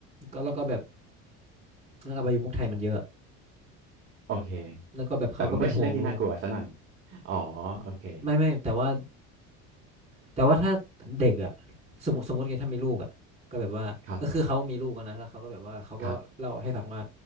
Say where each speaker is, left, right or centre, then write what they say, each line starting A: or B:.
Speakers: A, on the right (about 20°); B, on the right (about 35°).
A: ก็แล้วก็แบบเรื่องอบายมุขไทยมันเยอะ
B: โอเค
A: แล้วก็แบบเขาก็เป็นห่วงลูก
B: แต่มันไม่ใช่เรื่องที่น่ากลัวซะหน่อยอ๋อโอเค
A: ไม่ไม่แต่ว่า แต่ว่าถ้าเด็กอ่ะสมมติสมมติไงถ้ามีลูกอ่ะก็แบบว่าเออคือเขามีลูกอะนะแล้วเขาก็แบบว่าเขาก็เล่าให้ฟังว่า
B: ครับครับ